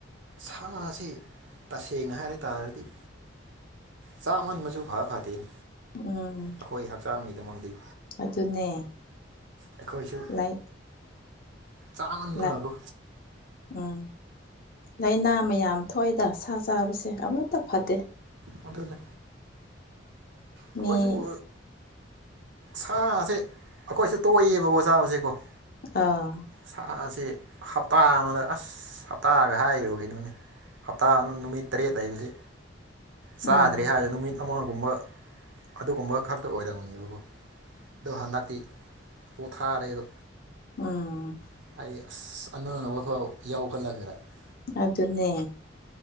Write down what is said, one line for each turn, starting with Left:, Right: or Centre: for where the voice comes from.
Right: ꯁꯥ ꯑꯁꯤ ꯇꯁꯦꯡꯅ ꯍꯥꯏꯔ ꯇꯥꯔꯗꯤ ꯆꯥꯃꯟꯕꯁꯨ ꯐꯔ ꯐꯗꯦꯅꯤ
Left: ꯎꯝ
Right: ꯑꯩꯈꯣꯏ ꯍꯛꯆꯥꯡꯒꯤꯗꯃꯗꯤ
Left: ꯑꯗꯨꯅꯦ
Right: ꯑꯩꯈꯣꯏꯁꯨ
Left: ꯂꯥꯏ
Right: ꯆꯥꯃꯟꯅꯔꯒ
Left: ꯂꯥꯏ ꯎꯝ ꯂꯥꯏꯅꯥ ꯃꯌꯥꯝ ꯊꯣꯛꯏꯗ ꯁꯥ ꯆꯥꯕꯁꯦ ꯑꯃꯠꯇ ꯐꯗꯦ
Right: ꯑꯥꯗꯨꯅꯦ ꯑꯩꯈꯣꯏ
Left: ꯃꯤ
Right: ꯁꯌꯨ ꯁꯥꯁꯦ ꯑꯩꯈꯣꯏꯁꯨ ꯇꯣꯛꯏꯌꯦꯕꯀꯣ ꯆꯥꯕꯁꯦꯀꯣ
Left: ꯑꯥ
Right: ꯁꯥ ꯑꯁꯤ ꯍꯞꯇꯥ ꯑꯃꯗ ꯑꯁ ꯍꯞꯇꯥꯒ ꯍꯥꯏꯔꯨꯒꯤꯅꯣꯅꯤ ꯍꯞꯇꯥ ꯑꯃ ꯅꯨꯃꯤꯠ ꯇꯔꯦꯠ ꯂꯩꯏꯕꯁꯤ ꯆꯥꯗ꯭ꯔꯦ
Left: ꯎꯝ
Right: ꯍꯥꯏꯔ ꯅꯨꯃꯤꯠ ꯑꯃꯒꯨꯝꯕ ꯑꯗꯨꯒꯨꯝꯕ ꯈꯛꯇ ꯑꯣꯏꯔꯝꯅꯦꯕꯀꯣ ꯑꯗꯣ ꯍꯟꯗꯛꯇꯤ ꯄꯣꯊꯥꯔꯦꯕ
Left: ꯎꯝ
Right: ꯑꯩ ꯑꯁ <unintelligible> ꯌꯥꯎ ꯍꯜ ꯈꯜꯂꯒꯦꯔ
Left: ꯑꯗꯨꯅꯦ